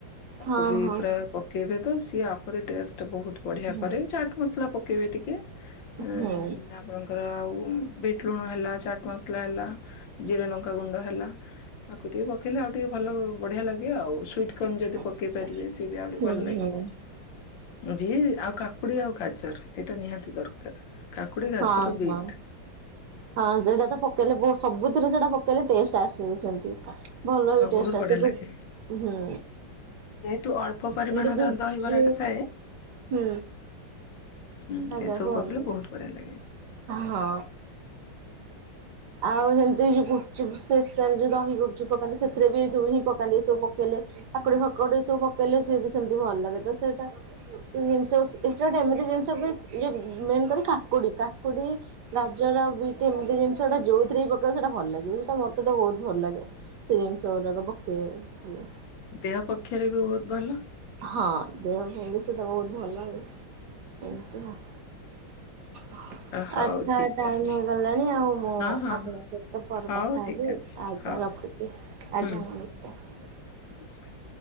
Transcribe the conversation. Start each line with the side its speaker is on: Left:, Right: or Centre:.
Left: ତାକୁ
Right: ହଁ
Left: ବି
Right: ହଁ
Left: ପୁରା ପକେଇବେ ତ ସିଏ ଆ ହୁରି ଟେଷ୍ଟ ବହୁତ ବଢିଆ
Right: ହୁଁ
Left: କରେ ଚାଟ୍ ମସଲା ପକେଇବେ ଟିକେ ଉମ
Right: ହୁଁ।
Left: ଆପଣଙ୍କର ଆଉ ବିଟ୍ ଲୁଣ ହେଲା ଚାଟ ମସଲା ହେଲା ଜିରା ଲଙ୍କା ଗୁଣ୍ଡ ହେଲା ଆକୁ ଟିକେ ପକେଇଲେ ଆଉ ଟିକେ ଭଲ ବଢିଆ ଲାଗେ ଆଉ ସୁଇଟ୍ କନ ଯଦି
Right: ଆଚ୍ଛା
Left: ପକେଇ ପାରିବେ ସିଏ ବି ଆଉଡ଼ି
Right: ହୁଁ
Left: ଭଲ ଲାଗିବ।
Right: ହୁଁ
Left: ଯିଏ ଆଉ କାକୁଡି ଆଉ ଗାଜର ଏଇଟା ନିହାତି ଦରକାର। କାକୁଡି ଗାଜର
Right: ହଁ
Left: ବିଟ୍।
Right: ହଁ। ହଁ ସେଟା ତ ପକେଇଲେ ବହୁତ ସବୁଥିରେ ସେଟା ପକେଇଲେ ଟେଷ୍ଟ ଆସେବି ସେମତି। ଭଲ ବି
Left: ଆଉ
Right: ଟେଷ୍ଟ
Left: ବହୁତ ବଢିଆ
Right: ଆସେ ଯଉ
Left: ଲାଗେ।
Right: ହୁଁ।
Left: ଯେହେତୁ ଅଳ୍ପ ପରିମାଣର
Right: ଏମିତି ଗୁପଚୁପ
Left: ଦହିବରାଟା ଥାଏ
Right: ହୁଁ।
Left: ଉଁ
Right: ଆଜ୍ଞା
Left: ଏସବୁ
Right: କୁହନ୍ତୁ
Left: ପକେଇଲେ ବହୁତ ବଢିଆ ଲାଗେ।
Right: ହଁ। ଆଉ ହେମିତି ଯୋଉ ଗୁପଚୁପ ସ୍ପେଶାଲ ଯୋଉ ଦହି ଗୁପଚୁପ ପକାନ୍ତି ସେଥିରେ ବି ଏ ସବୁ ହିଁ ପକାନ୍ତି ଏ ସବୁ ପକେଇଲେ କାକୁଡି ଫାକୁଡି ସବୁ ପକେଇଲେ ସିଏ ବି ସେମିତି ଭଲ ଲାଗେ ତ ସେଟା। ଜିନିଷ ଏଟା ଗୋଟେ ଏମିତି ଜିନିଷ ବି ଯଉ ମେନ୍ କରି କାକୁଡି କାକୁଡି ଗାଜର ବିଟ ଏମିତି ଜିନିଷଟା ଯୋଉଥିରେ ବି ପକେଇବ ସେଟା ଭଲ ଲାଗିବ ସେଟା ମତେ ତ ବହୁତ ଭଲ ଲାଗେ। ସେ ଜିନିଷ ଗୁରାକ ପକେଇବେ।
Left: ଦେହ ପକ୍ଷରେ ବି ବହୁତ ଭଲ।
Right: ହଁ ଦେହ ପାଇଁ ବି ସେଟା ବହୁତ ଭଲ ଆଉ ଏମିତି ଆଉ। ହ
Left: ହଉ
Right: <inaudible> ଆଛା
Left: ଠିକ
Right: ଟାଇମ
Left: ଅଛି।
Right: ହେଇଗଲାଣି ଆଉ ମୁଁ
Left: ହଁ ହଁ
Right: ଆପଣଙ୍କ
Left: ହଁ
Right: ସହିତ ପରେ
Left: ହଉ
Right: କଥା
Left: ଠିକ
Right: ହେବି।
Left: ଅଛି
Right: ଆଜ୍ଞା
Left: ହଉ
Right: ରଖୁଚି
Left: ହୁଁ
Right: ଆଜ୍ଞା ନିମସ୍କାର।
Left: ନମସ୍କାର।